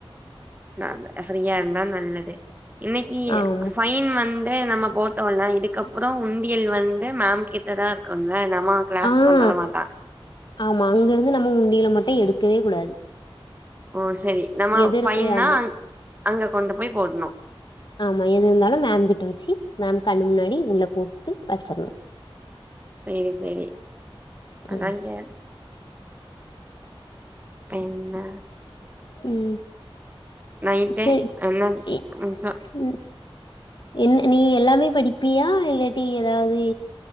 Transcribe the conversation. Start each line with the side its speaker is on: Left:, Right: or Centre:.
Right: நாம ஃரீயா இருந்தா நல்லது இன்னைக்கி
Left: ஆமா
Right: ஃபைன் வந் து நம்ம போட்டோல இதுக்கப்புறம் உண்டியல் வந்து மேம் கிட்டதா இருக்குங்க நம்ம க்ளாஸ்
Left: ஆ
Right: கொண்டு வர மாட்டா
Left: ஆமா அங்க இருந்து நம்ம உண்டியில மட்டு எடுக்கவே கூடாது
Right: ஓ சரி நம்ம
Left: எதிர்
Right: ஃபைன்னா
Left: ஆமா
Right: அங் அங்க கொண்டு போய் போட்ணு
Left: ஆமா எது இருந்தாலு மேம் கிட்ட வச்சி மேம் கண்ணு முன்னாடி உள்ள போட்டு வச்சிர்லா
Right: செரி செரி அதா
Left: ம்
Right: கே இப்ப என்ன
Left: ம்
Right: நைட்டு
Left: செரி
Right: என்ன ம்ஹு
Left: ம் என்ன நீ எல்லாமே படிப்பியா இல்லாட்டி எதாவ்து